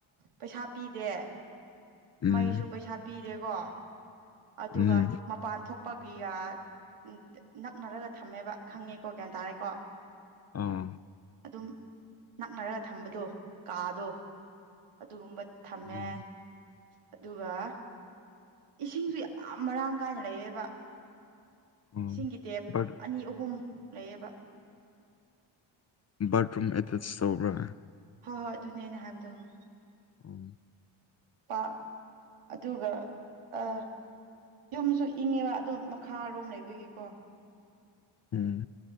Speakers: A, on the right; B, on the left.
A: ꯄꯩꯁꯥ ꯄꯤꯗꯦ
B: ꯎꯝ
A: ꯃꯩꯁꯨ ꯄꯩꯁꯥ ꯄꯤꯗꯦꯀꯣ ꯑꯗꯨꯒ
B: ꯎꯝ
A: ꯃꯄꯥꯟ ꯊꯣꯛꯄꯒꯤꯒ ꯎꯝ ꯅꯛꯅꯔꯒ ꯊꯝꯃꯦꯕ ꯈꯪꯉꯦꯀꯣ ꯒ꯭ꯌꯥꯟ ꯇꯥꯔꯦꯀꯣ
B: ꯑꯥ
A: ꯑꯗꯨꯝ ꯅꯛꯅꯔ ꯊꯝꯕꯗꯣ ꯀꯥꯗꯣ ꯑꯗꯨꯒꯨꯝꯕ ꯊꯝꯃꯦ
B: ꯎꯝ
A: ꯑꯗꯨꯒ ꯏꯁꯤꯡꯁꯨ ꯌꯥꯝ ꯃꯔꯥꯡ ꯀꯥꯏꯅ ꯂꯩꯌꯦꯕ
B: ꯑꯣ
A: ꯏꯁꯤꯡꯒꯤ ꯇꯦꯞ
B: ꯕꯥꯠ
A: ꯑꯅꯤ ꯑꯍꯨꯝ ꯂꯩꯌꯦꯕ
B: ꯕꯥꯔꯠꯔꯨꯝ ꯑꯦꯇꯦꯁ ꯇꯧꯕ꯭ꯔꯥ
A: ꯍꯣꯏ ꯍꯣꯏ ꯑꯗꯨꯅꯦ ꯑꯩꯅ ꯍꯥꯏꯕꯗꯣ ꯍꯣꯏ
B: <inaudible>
A: ꯄꯥ ꯑꯗꯨꯒ ꯑ ꯌꯨꯝꯁꯨ ꯏꯪꯉꯦꯕ ꯑꯗꯨ ꯃꯈꯥꯔꯣꯝ ꯂꯩꯕꯒꯤꯀꯣ
B: ꯎꯝ